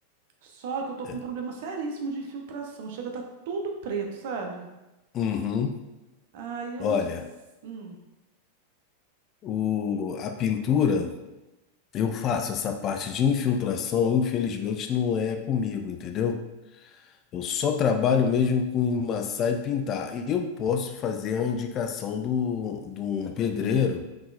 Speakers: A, on the right; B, on the left.
A: Só que eu tô
B: é,
A: com um problema seríssimo de infiltração. Chega, tá tudo preto, sabe?
B: Uhum.
A: Aí eu
B: Olha.
A: não. s- Hum,
B: O, a pintura, eu faço essa parte de infiltração, infelizmente não é comigo, entendeu? Eu só trabalho mesmo com emassar e pintar. Eu posso fazer a indicação do, de um pedreiro
A: hum,